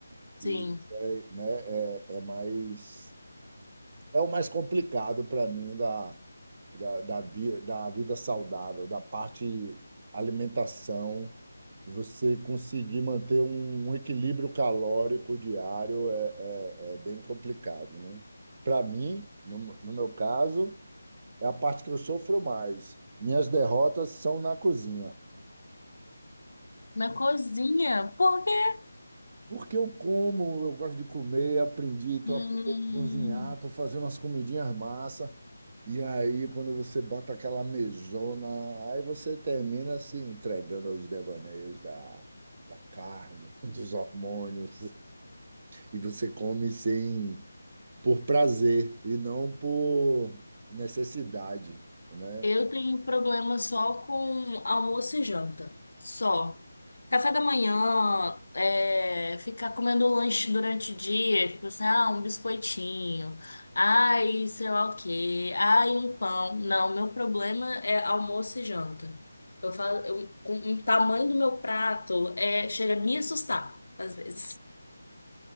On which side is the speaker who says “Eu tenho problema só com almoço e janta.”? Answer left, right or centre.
Left